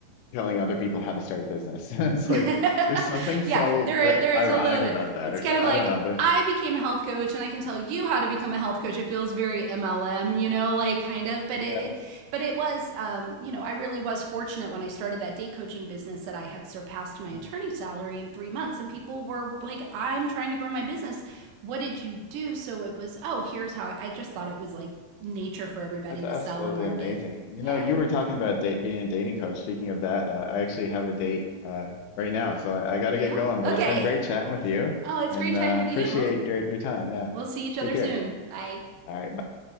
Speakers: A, on the left (about 85°); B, on the right (about 80°).
A: telling other people how to start a business. <laughs> It's
B: <laughs>
A: like there's something
B: yeah,
A: so
B: there
A: uh,
B: there
A: ironic
B: is a little bit.
A: about that,
B: It's
A: or
B: kind
A: so,
B: of
A: I
B: like
A: don't know. There's
B: I became a health coach and I can tell you how to become a health coach. It feels very MLM, you know, like kind of, but
A: yeah,
B: it, it but it was um, you know, I really was fortunate when I started that date coaching business that I had surpassed my attorney
A: mm.
B: salary in 3 months and people were like I'm trying to grow my business. What did you do? So it was, oh, here's how I, I just thought it was like nature for everybody
A: that's absolutely
B: to sell and market.
A: amazing. You
B: Yeah.
A: know, you were talking about date, being a dating coach. Speaking of that, uh, I actually have a date uh, right now, so I, I got
B: Yeah.
A: to get going. But
B: Okay.
A: it's been great
B: <laughs>
A: chatting with you,
B: Oh, it's
A: and
B: great
A: uh,
B: chatting with
A: appreciate
B: you. We'll
A: your your time. Yeah,
B: We'll see each other
A: take care.
B: soon. Bye.
A: All right, bye.